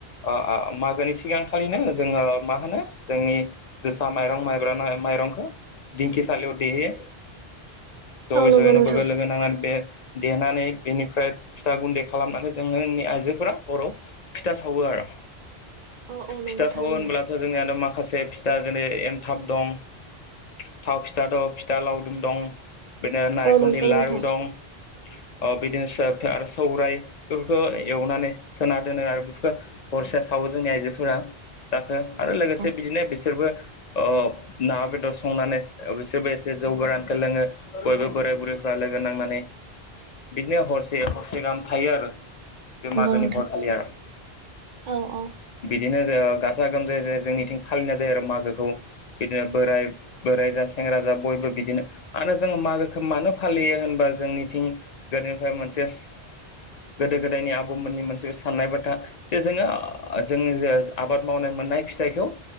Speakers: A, on the left; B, on the right.
A: ओ ओ मागोनि सिगांखालिनो जोङो मा होनो जोंनि जोसा माइरं माइब्रा मारंखौ दिंखिसालियाव देहैयो जयै
B: औ नंगौ
A: जयैनो
B: नोंथां
A: बयबो लोगो नांनानै बे देनानै बेनिफ्राय फिथा गुन्दै खालामनानै जोङोनि आइजोफोरा हराव फिथा सावो आरो।
B: औ औ नंगौ
A: फिथा सावो
B: थारैनो
A: होनोब्लाथ' जोंनियानो मा खासे फिथा जेरै एनथाब दं। थाव फिथा दं फिथा लावदुम दं। बिदिनो नारेंखलनि
B: औ नंगौ नोंथां
A: लारु दं। अ बिदिनो आरो सौराइ बेफोरखौ एवनानै सोना दोनो आरो बेफोरखो हरसे सावो जोंनि आइजोफोरा फिथाखो
B: औ औ
A: आरो
B: नंगौ
A: लोगोसे बिदिनो बिसोरबो ओ ना बेदर संनानै बिसोरबो एसे जौगोरानखौ लोङो बयबो बोराय बुरैफ्रा लोगो नांनानै
B: <inaudible>
A: बिदिनो हरसे हरसे गाहाम थायो आरो बे मागोनि
B: नोंथां
A: हरखालि आरो
B: औ औ
A: बिदिनो जो गाजा गोमजायै जोंनिथिं फालिनाय जायो आरो मागोखौ बिदिनो बोराय बोराइ जा सेंग्रा जा बयबो बिदिनो आरो जोंङो मागोखौ मानो फालियो होनबा जोंनिथिं गोदोनिफ्राय मोनसे गोदो गोदायनि आबौमोननि मोनसे साननाय बाथा जे जोङो जों आबाद मावनाय मोननाय फिथाइखौ